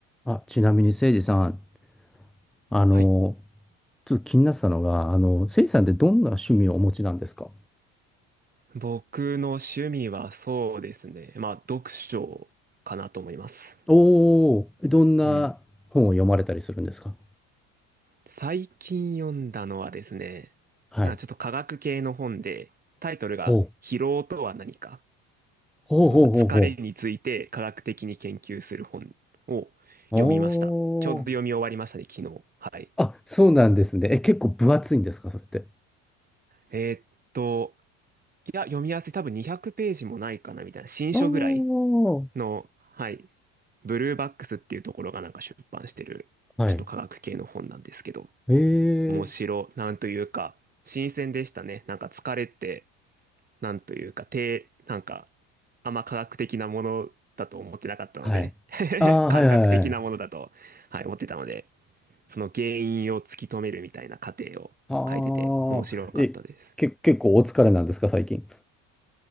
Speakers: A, in the centre; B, on the right (about 25°).
A: あ、ちなみに、誠司さん、あの、
B: はい。
A: ちょっと気になってたのが、あの、誠司さんってどんな趣味をお持ちなんですか
B: 僕の趣味はそうですね。まあ、読書かなと思います。
A: おおー、どんな本を読まれたりするんですか
B: うん。最近読んだのはですね、
A: はい。
B: なんかちょっと科学系の本で、タイトルが疲労とは何か、
A: ほう、ほうほうほうほう。
B: そのまあ疲れについて科学的に研究する本を読みました。
A: おお、
B: ちょうど読み終わりましたね、昨日。はい。
A: あ、そうなんですね。え、結構分厚いんですか、それって。
B: えーっと、いや、読みやすい。多分200ページもないかな、みたいな。新書ぐらい
A: おお、
B: の、はい、ブルーバックスっていうところがなんか出版してる、
A: はい。
B: ちょっと科学系の本なんですけど、
A: ええ、
B: 面白、なんというか、新鮮でしたね。なんか疲れて、なんというか、て、なんか、あんま科学的なものだと思ってなかったので、
A: はい。
B: <laughs>
A: ああ、
B: 感覚的なものだと、
A: はいはいはい。
B: はい、思ってたので、その原因を突き止めるみたいな過程を書いてて、
A: ああ、
B: 面白かったです。
A: え、け、結構お疲れなんですか、最近。